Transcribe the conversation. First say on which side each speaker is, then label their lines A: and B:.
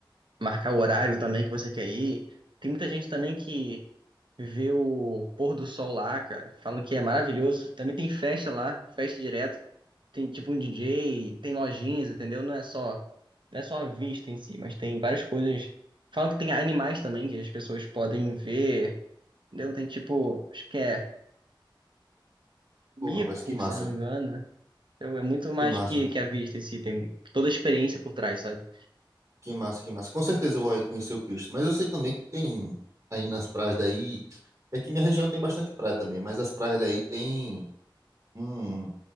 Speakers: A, on the right (about 65°); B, on the right (about 40°).
A: marcar o horário também que você quer ir. Tem muita gente também que vê o pôr do sol lá, cara. Falam que é maravilhoso. Também tem festa lá, festa direto. Tem tipo um DJ, tem lojinhas, entendeu? Não é só, não é só a vista em si, mas tem várias coisas. Falam que tem animais também que as pessoas podem ver, entendeu? Tem tipo, acho que é mico,
B: Pô, rapaz, que massa,
A: se não me engano. Então é muito mais
B: que massa,
A: que, que a vista em si, tem toda a experiência por trás, sabe?
B: que massa, que massa. Com certeza eu vou aí conhecer o Cristo, mas eu sei também que tem aí nas praias daí, é que minha região tem bastante praia também, mas as praias daí tem um,